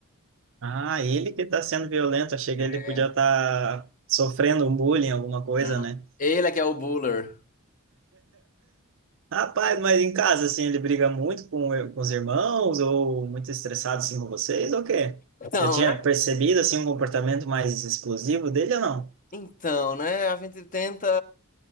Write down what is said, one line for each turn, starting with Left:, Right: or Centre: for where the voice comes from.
Right: Ah, ele que tá sendo violento. Achei que
Left: É.
Right: ele podia estar sofrendo um bullying, alguma coisa,
Left: Não.
Right: né?
Left: Ele é que é o buller.
Right: Rapaz, mas em casa, assim, ele briga muito com, com os irmãos ou muito estressado, assim, com vocês ou o quê?
Left: Então,
Right: Já tinha
Left: é?
Right: percebido, assim, um comportamento mais explosivo dele ou não?
Left: Então, né? A gente tenta.